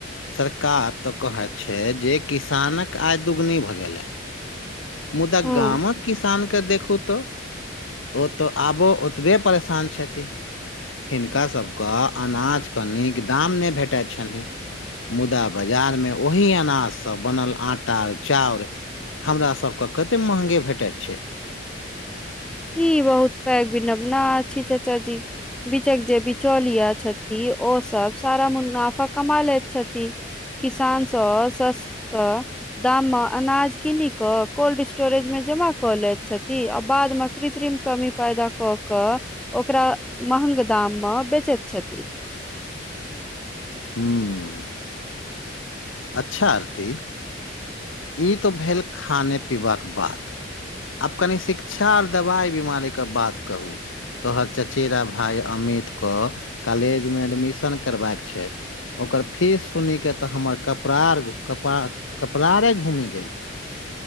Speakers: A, on the left (about 85°); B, in the centre.
A: सरकार त कहैत छैय जे किसानक आय दुगुनी भऽ गेलै मुदा
B: हँ
A: गाम कऽ किसान के देखू त ओ तऽ आबो ओतबे परेशान छथिन हिनका सभके अनाजक नीक दाम नहि भेटै छनि मुदा बाजार मे ओही अनाजसँ बनल आटा चाउर हमरा सभ के कते महगे भेटैत छै
B: ई बहुत पैघ अछि चचा जी बीचक जे बिचौलिया छथि ओ सब सारा मुनाफा कमा लेैत छथि किसान सँ सस्ता दाम मे अनाज कनि कऽ कोल्ड स्टोरेज मे जमा कऽ लैत छथि आ बाद मे कृत्रिम कमी पैदा कऽ कऽ ओकरा महग दाम मऽ बेचैत छथि
A: हुँ अच्छऽ आरती ई तऽ भेल खाने पीबाक बात आब कनि शिक्षा आर दवाई बीमारी कऽ बात कहू तोहर चचेरा भाय अमित कऽ कॉलेज मे एडमिशन करबाक छै ओकर फिस सुनि केँ तऽ हमर कपड़ार कपा कपड़ारे घूमि गेल